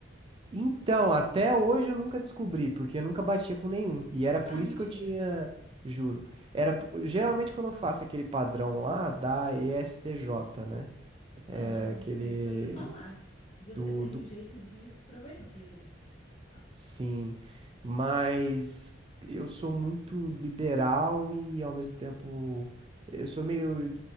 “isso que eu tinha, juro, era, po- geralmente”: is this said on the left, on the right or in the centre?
Right